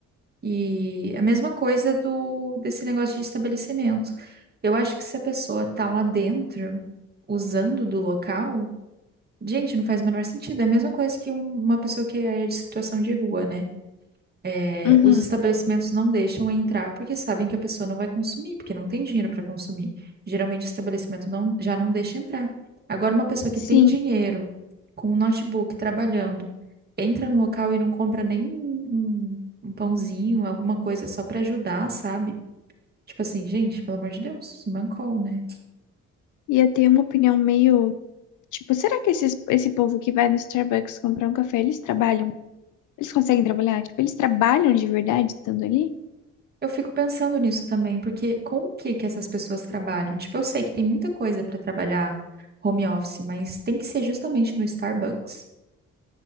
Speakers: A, on the right; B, on the left.
A: E a mesma coisa do desse negócio de estabelecimento. Eu acho que se a pessoa tá lá dentro, usando do local, gente, não faz o menor sentido. É a mesma coisa que um- uma pessoa que é de situação de rua, né? é,
B: Uhum.
A: os estabelecimentos não deixam entrar porque sabem que a pessoa não vai consumir, porque não tem dinheiro para consumir. Geralmente o estabelecimento não, já não deixa entrar. Agora, uma pessoa que tem
B: Sim,
A: dinheiro, com um notebook, trabalhando, entra no local e não compra nem um, um um pãozinho, alguma coisa só para ajudar, sabe? Tipo assim, gente, pelo amor de Deus, se mancou, né?
B: e eu tenho uma opinião meio. Tipo, será que esses, esse povo que vai no Starbucks comprar um café, eles trabalham? Eles conseguem trabalhar? Tipo, eles trabalham de verdade estando ali?
A: Eu fico pensando nisso também, porque com o que que essas pessoas trabalham? Tipo, eu sei que tem muita coisa para trabalhar home office, mas tem que ser justamente no Starbucks.